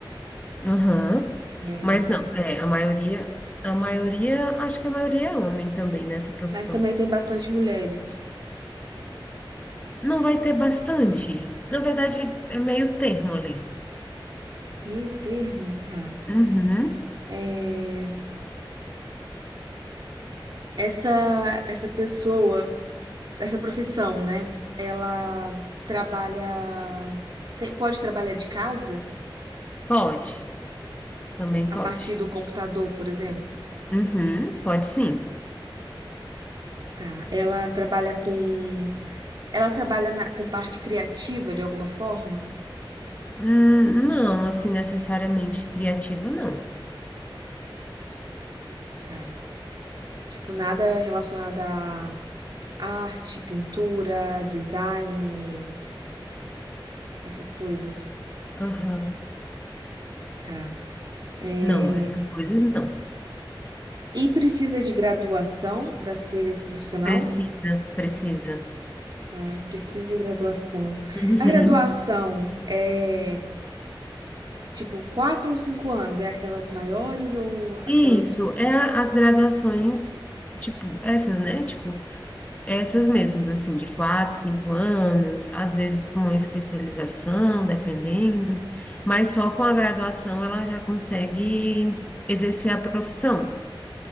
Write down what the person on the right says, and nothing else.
É,
mas também tem bastante mulheres.
Meio termo, tá.
É, essa, essa pessoa, essa profissão, né? Ela trabalha, te- pode trabalhar de casa
a
partir do computador, por exemplo.
Tá. Ela trabalha com, ela trabalha na- com parte criativa de alguma forma.
Tá. Tipo, nada relacionado a arte, pintura, design, essas coisas.
Tá. É,
E precisa de graduação para ser esse profissional?
Ah, precisa de graduação.
A graduação é tipo quatro ou cinco anos? É aquelas maiores ou aquelas.